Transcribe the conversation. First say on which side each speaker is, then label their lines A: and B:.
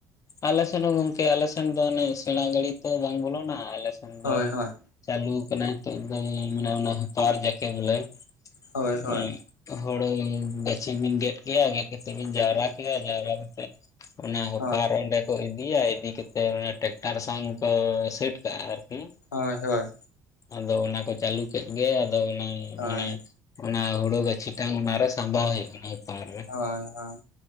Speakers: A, on the left; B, on the left.
A: ᱟᱞ ᱥᱮᱱ ᱦᱚᱸ ᱜᱚᱝᱠᱮ ᱟᱞᱮ ᱥᱮᱱ ᱫᱚ ᱚᱱᱮ ᱥᱮᱬᱟ ᱜᱟᱹᱲᱤ ᱛᱚ ᱵᱟᱝ ᱵᱚᱞᱚᱱᱟ ᱟᱞᱮ ᱫᱚ
B: ᱦᱳᱭ ᱦᱳᱭ
A: ᱪᱟᱹᱞᱩᱣ ᱠᱟᱱᱟ ᱦᱤᱛᱚᱜ ᱫᱚ ᱚᱱᱟ ᱦᱚᱛᱚ ᱟᱨ ᱡᱟᱠᱮ ᱵᱚᱞᱮ
B: ᱦᱳᱭ
A: <inaudible>
B: ᱦᱳᱭ
A: ᱦᱚᱲᱳᱭ ᱵᱮ <unintelligible> ᱜᱮᱫ ᱠᱭᱟ ᱜᱮᱫ ᱠᱟᱛᱮᱫ ᱜᱮᱧ ᱡᱟᱣᱨᱟ ᱠᱮᱭᱟ ᱡᱟᱣᱨᱟ ᱠᱟᱛᱮ ᱚᱱᱟ ᱦᱚᱯᱟᱨ
B: ᱦᱳᱭ
A: ᱚᱸᱰᱮ ᱠᱚ ᱤᱫᱤᱭᱟ ᱤᱫᱤ ᱠᱟᱛᱮᱫ ᱚᱱᱟ ᱴᱠᱴᱟᱨ ᱥᱟᱝ ᱠᱚ ᱥᱮᱴ ᱠᱟᱜᱼᱟ ᱟᱨᱠᱤ᱾
B: ᱦᱳᱭ ᱦᱳᱭ᱾
A: ᱟᱫᱚ ᱚᱱᱟ ᱠᱚ ᱪᱟᱹᱞᱩ ᱠᱮᱫ ᱜᱮ ᱟᱫᱚ ᱚᱱᱟ
B: ᱦᱳᱭ
A: ᱢᱟᱱᱮ ᱚᱱᱟ ᱦᱩᱲᱩ ᱜᱟᱹᱪᱷᱤ ᱴᱟᱝ ᱚᱱᱟᱨᱮ ᱥᱟᱵᱟᱣ ᱦᱩᱭᱩᱜ ᱠᱟᱱᱟ ᱦᱚᱯᱟᱨ ᱨᱮ
B: ᱦᱳᱭ ᱦᱳᱭ